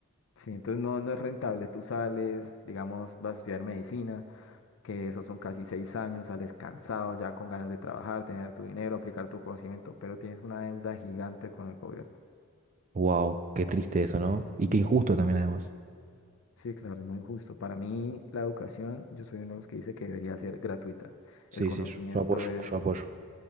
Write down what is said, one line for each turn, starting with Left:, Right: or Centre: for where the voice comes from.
Left: sí, entonces no, no es rentable. Tú sales, digamos, vas a estudiar medicina. que esos son casi seis años, sales cansado, ya con ganas de trabajar, tener tu dinero, aplicar tu conocimiento, pero tienes una deuda gigante con el gobierno.
Right: wow, qué triste eso, ¿no? Y qué injusto también
Left: Sí,
Right: además.
Left: Sí, claro, es muy injusto. Para mí, la educación, yo soy uno de los que dice que debería ser gratuita.
Right: Sí,
Left: El conocimiento
Right: sí, yo, yo apoyo,
Left: es,
Right: yo apoyo.